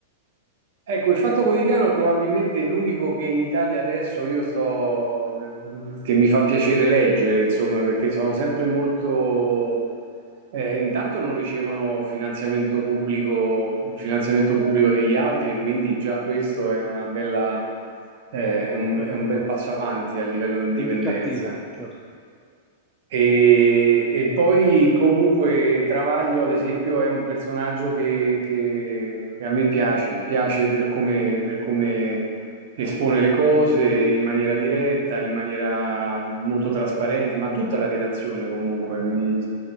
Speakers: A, on the right (about 55°); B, in the centre.
A: Ecco, il Fatto Quotidiano è probabilmente l'unico che in Italia adesso io sto, mm, che mi fa piacere leggere, insomma, perché sono sempre molto, eh, intanto non ricevono finanziamento pubblico, il finanziamento pubblico degli altri, e quindi già questo è una bella, eh, è un,
B: certo,
A: è un bel passo avanti a livello di indipendenza.
B: è indicativo, certo.
A: E, e poi comunque Travaglio, ad esempio, è un personaggio che, che- che a me piace, piace per come, per come espone le cose in maniera diretta, in maniera molto trasparente, ma tutta la redazione comunque mi,